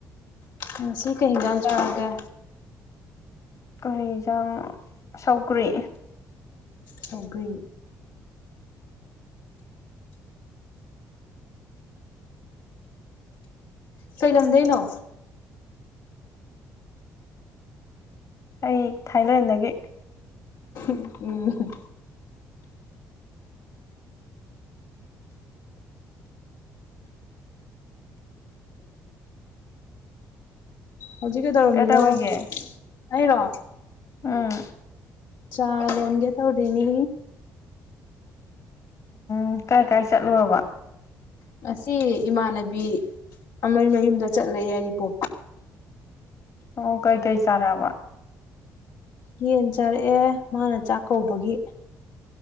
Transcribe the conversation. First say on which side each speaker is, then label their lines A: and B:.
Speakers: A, on the left; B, on the left.
A: ꯉꯁꯤ ꯀꯩ ꯍꯤꯡꯗ ꯆꯥꯎꯔꯒꯦ
B: ꯀꯔꯤꯖꯥꯡ ꯁꯧꯒ꯭ꯔꯤ
A: ꯁꯒ꯭ꯔꯤ ꯀꯩꯂꯝꯗꯩꯅꯣ
B: ꯑꯩ ꯊꯥꯏꯂꯦꯟꯗꯒꯤ
A: ꯎꯝ ꯍꯧꯖꯤꯛ ꯀꯩ ꯇꯧꯔꯝꯃꯤꯅꯣ
B: ꯀꯩꯗꯧꯔꯤꯒꯦ
A: ꯑꯩꯔꯣ
B: ꯎꯝ
A: ꯆꯥꯣꯟꯒꯦ ꯇꯧꯔꯤꯅꯤ
B: ꯎ ꯀꯥꯏ ꯀꯥꯏ ꯆꯠꯂꯨꯔꯕ
A: ꯉ ꯏꯃꯥꯟꯅꯕꯤ ꯑꯃ ꯃꯌꯨꯝꯗ ꯆꯠꯂꯦ ꯌꯥꯏꯔꯤꯄꯣ
B: ꯑꯣ ꯀꯩꯀꯩ ꯆꯥꯔꯑꯕ
A: ꯌꯦꯟ ꯆꯥꯔꯛꯑꯦ ꯃꯥꯅ ꯆꯥꯛ ꯀꯧꯕꯧꯕꯒꯤ